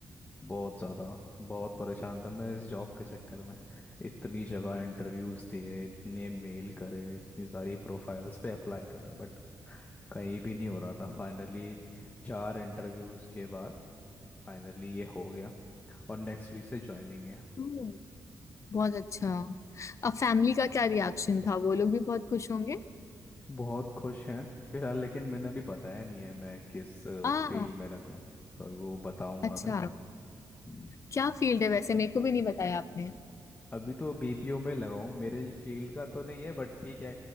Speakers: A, on the left; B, on the left.
A: बहुत ज़्यादा बहुत परेशान था मैं इस जॉब के चक्कर में इतनी जगह इंटरव्यूज़ दिए इतने मेल करे इतनी सारी प्रोफाइल्स पे अप्लाई करा बट कहीं भी नहीं हो रहा था फाइनली चार इंटरव्यूज़ के बाद फाइनली ये हो गया और नेक्स्ट वीक से ज्वाइनिंग है
B: ओह, बहुत अच्छा अब फैमिली का क्या रिएक्शन था वो लोग भी बहुत खुश होंगे
A: बहुत खुश हैं फिलहाल लेकिन मैंने अभी बताया नहीं है मैं किस
B: आ
A: फील्ड में लगा हूँ तो अभी वो बताऊंगा
B: अच्छा
A: मैं हम्म,
B: क्या फील्ड है वैसे मेरे को भी नहीं बताया आपने
A: अभी तो बीपीओ में लगा हूँ मेरे फील्ड का तो नहीं है बट ठीक है